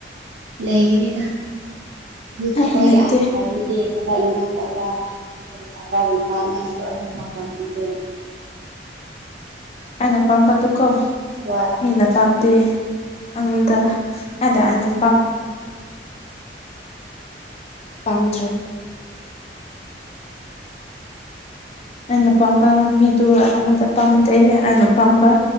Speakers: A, on the right; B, on the left.
A: ꯂꯩꯒꯤꯅꯤꯗ ꯅꯣꯢ ꯊꯕꯛ
B: ꯑꯩ ꯂꯩꯇꯦ
A: ꯌꯥꯝ ꯐꯔꯤꯖꯤꯗꯤ ꯊꯕꯛ-ꯏꯪꯈꯥꯡ ꯇꯧꯕ ꯏꯃꯨꯡꯒꯤ ꯊꯕꯛꯒꯨꯝꯕ ꯅꯣꯏꯅ ꯂꯣꯏꯅꯃꯛ ꯇꯧꯅꯤꯡꯗꯦ
B: ꯑꯩꯅ ꯄꯥꯝꯕꯗꯨꯀꯣ
A: ꯍꯣꯏ
B: ꯃꯤꯅ ꯄꯥꯝꯗꯦ UNINTELLIGIBLE ꯄꯥꯝꯗ꯭ꯔꯦ ꯑꯩꯅ ꯄꯥꯝꯕ ꯃꯤꯗꯣ ꯑꯩꯉꯣꯟꯗ ꯄꯥꯝꯗꯦ ꯑꯩꯅ ꯄꯥꯝꯕ